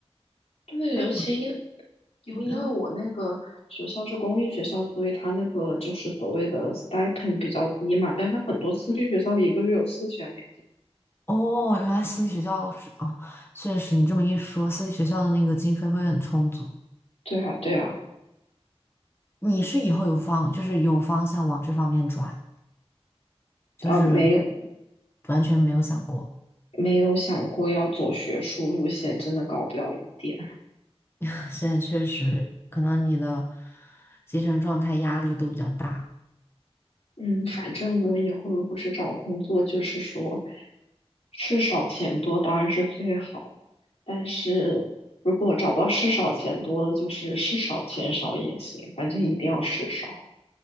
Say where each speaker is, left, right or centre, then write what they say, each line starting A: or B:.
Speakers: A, on the left (about 85°); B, on the left (about 20°).
A: 对，尤其因
B: 因为我，
A: 因为因为我那个学校是公立学校，
B: 嗯，
A: 所以它那个就是所谓的 stipend 比较低嘛，但是很多私立学校一个月有四千美金。
B: 哦，原来私立学校是，哦，确实，你这么一说，私立学校的那个经费会很充足。
A: 对啊，对啊，
B: 你是以后有方，就是有方向往这方面转，就是
A: 啊，没有
B: 完全没有想过。
A: 没有想过要走学术路线，真的搞不了一点。
B: <laughs> 现在确实，可能你的精神状态压力都比较大。
A: 嗯，反正我以后如果是找工作，就是说，事少钱多当然是最好，但是如果找不到事少钱多的，就是事少钱少也行，反正一定要事少。